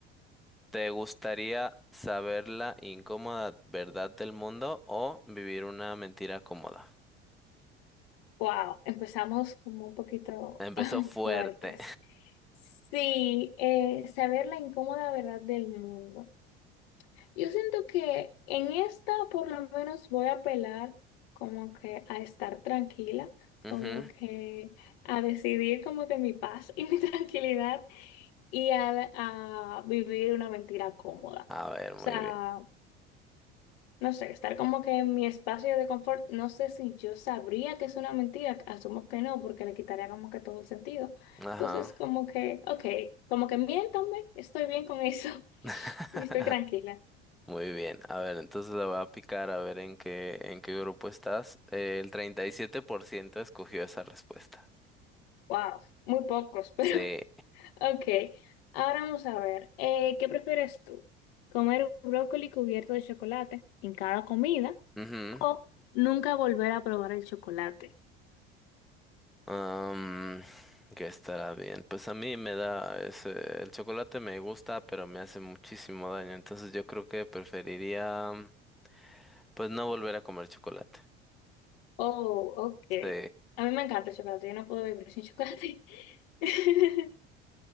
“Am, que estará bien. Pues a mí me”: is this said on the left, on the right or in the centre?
Centre